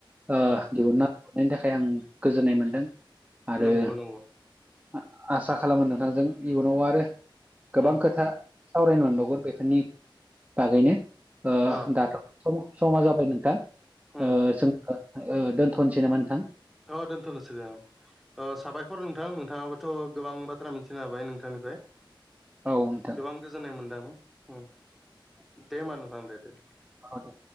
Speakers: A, on the right (about 15°); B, in the centre.
A: ओ
B: उम,
A: दिहुनना हरनायनि थाखाय आं गोजोननाय मोनदों आरो
B: नंगौ नंगौ
A: आं आसा खालामो नोंथांजों इयुनाव आरो गोबां
B: उम
A: खोथा सावरायनो मोनबावगोन बेफोरनि बागैनो। ओ
B: औ
A: दाथ' सम समा जाबाय नोंथां
B: उम
A: ओ जों ओ-ओ दोन्थ'नोसै नामा नोंथां?
B: अ दोनथ'नोसै दे अ। ओ साबायखर नोंथां नोंथाङाबोथ' गोबां बाथ्रा मिथिनो हाबाय नोंथांनिफ्राय।
A: औ नोंथां।
B: गोबां गोजोननाय मोनदों होम दे होनबा नोंथांदो दे-दे।
A: अ दे।